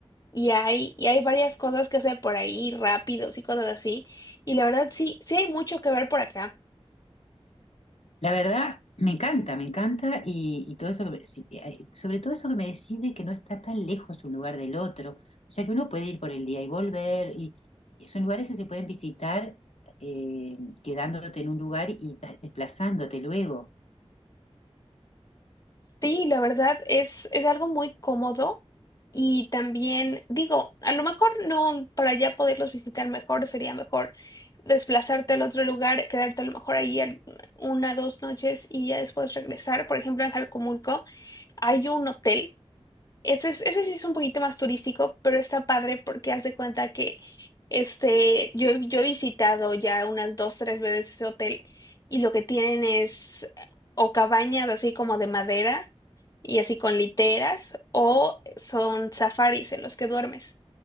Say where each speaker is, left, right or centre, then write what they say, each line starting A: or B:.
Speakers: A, on the left; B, on the left.
A: y hay, y hay varias cosas que hacer por ahí, rápidos y cosas así, y la verdad sí, sí hay mucho que ver por acá.
B: La verdad, me encanta, me encanta y, y todo eso, que me- sí, eh, sobre todo eso que me decide que no está tan lejos un lugar del otro. O sea que uno puede ir por el día y volver y y son lugares que se pueden visitar eh, quedándote en un lugar y ta- desplazándote luego.
A: Sí, la verdad es, es algo muy cómodo y también digo, a lo mejor no para ya poderlos visitar mejor, sería mejor desplazarte al otro lugar, quedarte a lo mejor ahí al- una, dos noches y ya después regresar. Por ejemplo, en Jalcomulco hay un hotel ese, es- ese sí es un poquito más turístico, pero está padre porque haz de cuenta que este, yo, he- yo he visitado ya unas dos, tres veces ese hotel y lo que tienen es o cabañas así como de madera y así con literas o son safaris en los que duermes.